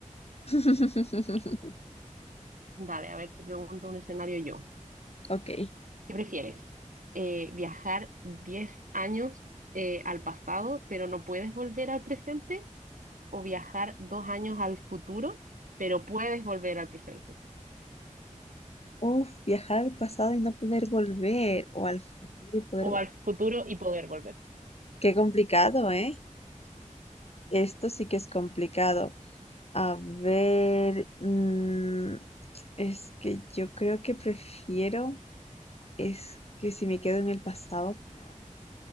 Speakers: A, on the left (about 50°); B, on the right (about 85°).
A: <laughs>
B: Dale, a ver, te pregunto un escenario yo.
A: Ok.
B: ¿Qué prefieres? Eh, ¿viajar 10 años eh, al pasado, pero no puedes volver al presente? o viajar dos años al futuro, pero puedes volver al presente.
A: Uf, viajar al pasado y no poder volver, o al futuro y poder...
B: O
A: vol-
B: al futuro y poder volver.
A: Qué complicado, ¿eh? Esto sí que es complicado. A ver, mm, es que yo creo que prefiero, es que si me quedo en el pasado, ¿qué hago?